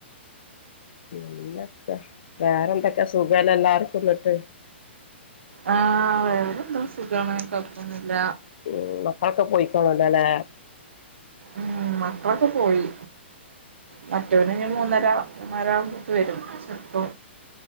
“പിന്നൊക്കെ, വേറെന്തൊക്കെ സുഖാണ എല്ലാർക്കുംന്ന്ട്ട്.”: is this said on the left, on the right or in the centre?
Left